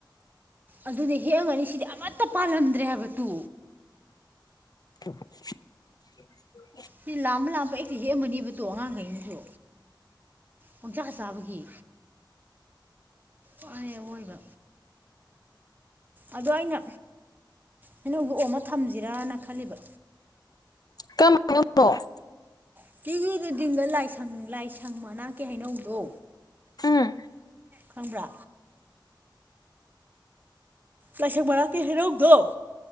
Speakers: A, on the right; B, on the left.
A: ꯑꯗꯨꯅꯦ ꯍꯦꯛꯑꯝꯒꯅꯤ ꯁꯤꯗꯤ ꯑꯃꯠꯇ ꯄꯥꯜꯂꯝꯗ꯭ꯔꯦ ꯍꯥꯏꯕ ꯇꯨ
B: <inaudible> <inaudible>
A: ꯁꯤ ꯂꯥꯝꯃ ꯂꯥꯝꯃ ꯄꯪꯍꯦꯛꯇ ꯍꯦꯛꯑꯝꯃꯅꯤꯕ ꯇꯨ ꯑꯉꯥꯡꯈꯩꯅꯁꯨ ꯄꯪꯆꯥ ꯆꯥꯕꯒꯤ ꯍꯣꯏ ꯑ ꯑꫭꯏꯕ ꯑꯗꯣ ꯑꯩꯅ ꯍꯩꯅꯣꯗꯣ ꯑꯣꯝꯃ ꯊꯝꯁꯤꯔꯅ ꯈꯜꯂꯤꯕ
B: <unintelligible> ꯍꯩꯅꯧꯅꫭ
A: <unintelligible> ꯂꯥꯏꯁꯪ ꯂꯥꯏꯁꯪ ꯃꯅꯥꯛꯀꯤ ꯍꯩꯅꯧꯗꯣ
B: ꯎꯝ
A: ꯈꯪꯕ꯭ꯔꯥ ꯂꯥꯏꯁꯪ ꯃꯅꯥꯛꯀꯤ ꯍꯩꯅꯧꯗꯣ